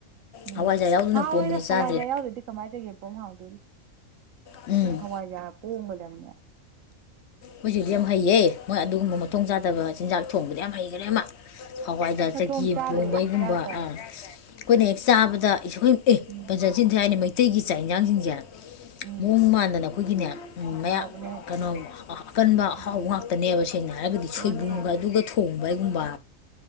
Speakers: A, on the right (about 75°); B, on the left (about 60°).
A: ꯎꯝ
B: ꯍꯋꯥꯏꯖꯥꯔ ꯌꯥꯎꯗꯅ
A: ꯍꯥꯎꯋꯤꯗ
B: ꯄꯣꯝꯕꯗꯤ ꯆꯥꯗ꯭ꯔꯤ
A: ꯍꯋꯥꯢꯖꯥꯔ ꯌꯥꯎꯗ꯭ꯔꯗꯤ ꯀꯃꯥꯏꯅ ꯇꯧꯒꯦ ꯄꯣ ꯍꯥꯎꯗꯧꯔꯤ
B: ꯎꯝ
A: ꯃꯤ ꯍꯋꯥꯏꯖꯥꯔ ꯄꯣꯡꯉꯒ ꯂꯩꯔꯝꯃꯦ
B: ꯃꯣꯏꯁꯤꯗꯤ ꯌꯥꯝ ꯍꯩꯌꯦ ꯃꯣꯏ ꯑꯗꯨꯒꯨꯝꯕ ꯃꯊꯣꯡ ꯆꯥꯗꯕ ꯆꯤꯟꯖꯥꯛ ꯊꯣꯡꯕꯗ ꯌꯥꯝ ꯍꯩꯈꯔꯦ ꯑꯃ ꯍꯋꯥꯏꯖꯥꯔ
A: ꯃꯊꯣꯡ
B: ꯆꯥꯛꯒꯦꯝ
A: ꯆꯥꯗꯕ
B: ꯄꯣꯝꯕꯒꯨꯝꯕ
A: ꯆꯤꯟꯖꯥꯛ ꯀꯥꯏ
B: ꯑꯩꯈꯣꯏꯅ ꯍꯦꯛ ꯆꯥꯕꯗ ꯑꯩꯈꯣꯏ ꯑꯦ
A: ꯎꯝ
B: ꯑꯣꯟꯖꯥ ꯆꯤꯟ ꯊꯤ ꯍꯥꯏꯅꯤ ꯃꯩꯇꯩꯒꯤ ꯆꯥꯛ ꯌꯦꯟꯖꯥꯡꯁꯤꯡꯁꯦ
A: ꯎꯝ
B: ꯃꯑꯣꯡ ꯃꯥꯟꯗꯅ ꯑꯩꯈꯣꯏꯒꯤꯅꯦ ꯃꯌꯥ
A: ꯍꯥꯎꯕꯅꯦ
B: ꯀꯩꯅꯣ ꯑꯀꯟꯕ ꯑꯍꯥꯎꯕ
A: ꯎꯝ
B: ꯉꯥꯛ ꯇꯅꯦꯕ ꯁꯦꯡꯅ ꯍꯥꯏꯔꯒꯗꯤ ꯁꯣꯏꯕꯨꯝꯕ
A: ꯃꯥꯅꯦ
B: ꯑꯗꯨꯒ ꯊꯣꯡꯕ ꯍꯥꯢꯒꯨꯝꯕ